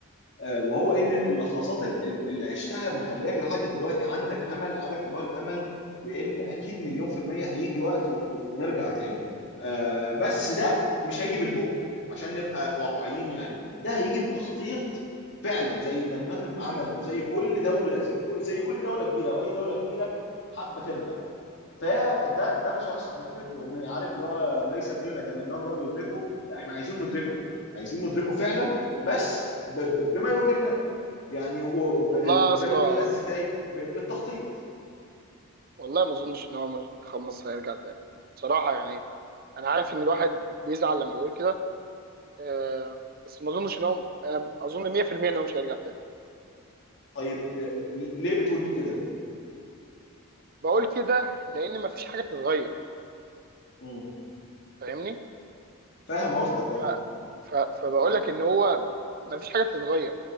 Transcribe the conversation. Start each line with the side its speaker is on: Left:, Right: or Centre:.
Left: آه، وهو ان اللحظات ال- ال- اللي عشتها مخلياك لحد دلوقتي عندك امل عارف اللي هو الامل بان اكيد مليون في المية هيجي وقت و- و- ونرجع تاني آه، بس ده مش هيجي بالبق عشان نبقى واقعيين يعني ده هيجي بتخطيط فعلا زي ما المغرب ما عملت وزي كل دولة زي زي كل دولة كبيرة واي دولة كبيرة حابة ترجع فده ده مش هيحصل بفكره الامنيه عارف اللي هو ليس كل ما يتمناه المرء يدركه لا احنا عايزين ندركه بقى عايزين ندركه فعلا بس ب- ب- بما يرضي الله يعني و- وب-
Right: والله
Left: بما
Right: يا اسطى
Left: يرضي الله ازاي ب- بالتخطيط
Right: والله ما اظنش ان هو منتخب مصر هيرجع تاني بصراحه يعني انا عارف ان الواحد بيزعل لما يقول كده آه بس ما اظنش ان هو انا اظن 100% ان هو مش هيرجع تاني
Left: طيب آه، ل- ل- ليه بتقول كده
Right: بقول كده لان ما فيش حاجه تتغير
Left: مم.
Right: فاهمني
Left: فاهم قصدك اه
Right: ف... ف... فبقول لك ان هو ما فيش حاجه بتتغير